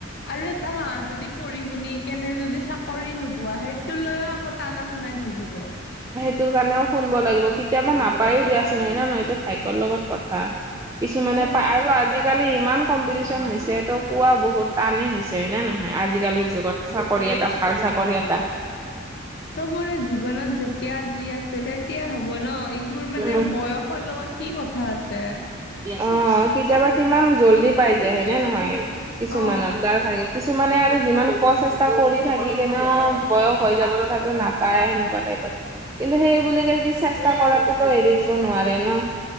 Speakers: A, on the left (about 55°); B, on the right (about 15°).
A: আৰু এটা হা যদি পঢ়ি শুনি কেনে যদি চাকৰি নোপোৱা সেই টো লৈও আকৌ টানা শুনাই থাকিব
B: তোৰ কাৰণেও শুনব লাগিব কেতিয়াবা নাপায়ও দিয়াচোন হয় না নহয় এইটো ভাগ্যৰ লগত কথা কিছুমানে
A: অ
B: পা আৰু আজিকালি ইমান কম্পিটিচন হৈছে ত' পোৱা বহুত টানেই হৈছে হয় নে নহয় আজিকালিৰ যুগত চাকৰি এটা ভাল চাকৰি এটা
A: চবৰে জীৱনত যেতিয়া যি আছে তেতিয়াই হ'ব ন এইবোৰ মানে
B: অ
A: বয়সৰ লগত কি কথা আছে
B: অ কেতিয়াবা কিমান জল্দি পাই য হয়নে নহয় কিছুমানত
A: অ
B: যাৰ ভা কিছুমানে আৰু যিমান ক চেষ্টা কৰি থাকি কেনেও বয়স হৈ যাব তথাপি নাপায় সেনেকুৱা টাইপৰ কিন্তু সেইবুলি কি চেষ্টা কৰাটোতো এৰি দিব নোৱাৰে ন।